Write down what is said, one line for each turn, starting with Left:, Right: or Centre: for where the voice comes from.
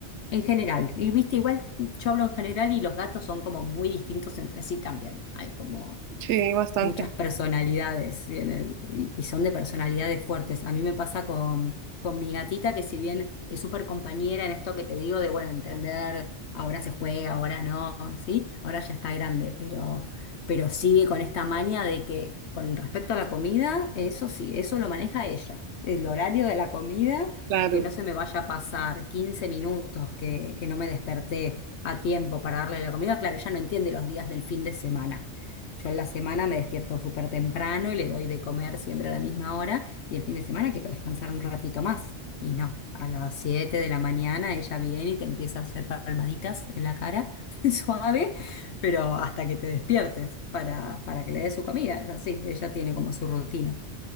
Left: En general, y viste, igual yo hablo en general y los gatos son como muy distintos entre sí también. Hay como
Right: Sí, bastante,
Left: muchas personalidades tienen y- y son de personalidades fuertes. A mí me pasa con, con mi gatita, que si bien es súper compañera en esto que te digo de, bueno, entender, ahora se juega, ahora no, ¿sí? Ahora ya está grande, pero, pero sigue con esta manía de que con respecto a la comida, eso sí, eso lo maneja ella. El horario de la comida,
Right: claro,
Left: que no se me vaya a pasar 15 minutos, que, que no me desperté a tiempo para darle la comida. Claro, ella no entiende los días del fin de semana yo en la semana me despierto súper temprano y le doy de comer siempre a la misma hora y el fin de semana quiero descansar un ratito más. Y no, a las 7 de la mañana ella viene y te empieza a hacer palmaditas en la cara, <laughs> suave, pero hasta que te despiertes para, para que le des su comida. Es así, ella tiene como su rutina.